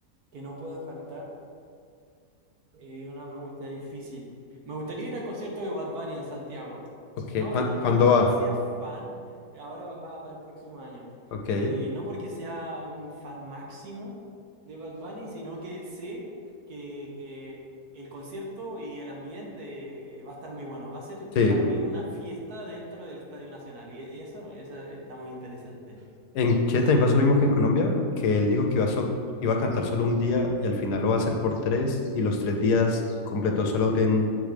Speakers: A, on the right (about 70°); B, on the left (about 85°).
A: que no pueda faltar. Eh, una pregunta difícil. Me gustaría ir al concierto de Bad Bunny en Santiago.
B: Ok,
A: No,
B: ¿cuán-
A: no,
B: ¿cuándo
A: no porque
B: va?
A: sea fan, ahora va, va- va el próximo año.
B: Ok,
A: Eh, no porque sea un fan máximo de Bad Bunny, sino que sé que eh, el concierto y el ambiente eh, va a estar muy bueno. Va a ser
B: sí.
A: para mí una fiesta dentro del Estadio Nacional y eso, eso está muy interesante.
B: En Chile también pasó lo mismo que en Colombia, que él dijo que iba a, so- iba a cantar solo un día y al final lo va a hacer por tres y los tres días completó solo en